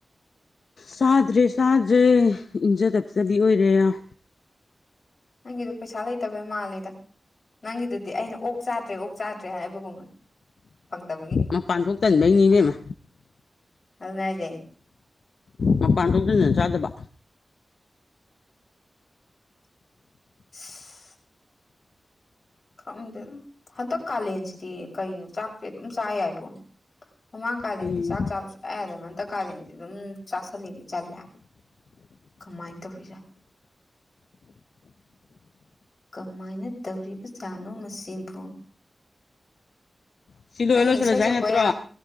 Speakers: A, on the left; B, on the left.
A: ꯆꯥꯗ꯭ꯔꯦ ꯆꯥꯗ꯭ꯔꯦ ꯏꯟꯖ ꯇꯞꯆꯕꯤ ꯑꯣꯏꯔꯦ ꯌꯥꯝ
B: ꯅꯪꯒꯤꯗꯣ ꯄꯩꯁꯥ ꯂꯩꯇꯕꯩ ꯃꯥꯜꯂꯦꯗ ꯅꯪꯒꯤꯗꯨꯗꯤ ꯑꯩꯅ ꯑꯣꯛ ꯆꯥꯗ꯭ꯔꯦ ꯑꯣꯛ ꯆꯥꯗ꯭ꯔꯦ ꯍꯥꯏꯕꯒꯨꯝꯕ ꯐꯪꯗꯕꯒꯤ
A: ꯃꯄꯥꯟꯊꯣꯛ ꯇꯟꯕꯩꯅꯤ ꯏꯕꯦꯝꯃ
B: ꯑꯗꯨꯅꯦ ꯍꯥꯏꯖꯦ
A: ꯃꯄꯥꯟ ꯊꯣꯛ ꯇꯟꯗꯅ ꯆꯗꯕ
B: <unintelligible> ꯈꯪꯗꯦꯗ ꯍꯟꯇꯛ ꯀꯥꯂꯦꯟꯁꯤꯗꯤ ꯀꯩꯅꯣ ꯆꯥꯛꯁꯦ ꯑꯗꯨꯝ ꯆꯥ ꯌꯥꯏꯕꯣ ꯃꯃꯥꯡ ꯀꯥꯂꯦꯟꯗꯤ
A: ꯎꯝ
B: ꯆꯥꯛ ꯆꯥꯕ ꯁꯨꯡꯌꯥ ꯌꯥꯗꯕꯅꯦ ꯑꯗꯦ ꯍꯟꯗꯛ ꯀꯥꯂꯦꯟꯗꯤ ꯑꯗꯨꯝ ꯆꯥꯥꯁꯜꯂꯤꯒꯤ ꯆꯜꯂꯦ ꯍꯥꯏꯕ ꯀꯃꯥꯏ ꯇꯧꯔꯤ ꯖꯠꯅꯣ ꯀꯃꯥꯏꯅ ꯇꯧꯔꯤꯕ ꯖꯥꯅꯣ ꯑꯁꯤꯕꯨ
A: ꯁꯤ ꯂꯣꯏꯔ
B: ꯅꯪ
A: ꯂꯣꯏꯁꯤꯜꯂꯁꯦ
B: ꯏꯁꯩ
A: ꯍꯥꯏ
B: ꯁꯛꯄ
A: ꯅꯠꯇ꯭ꯔꯣ
B: ꯌꯥ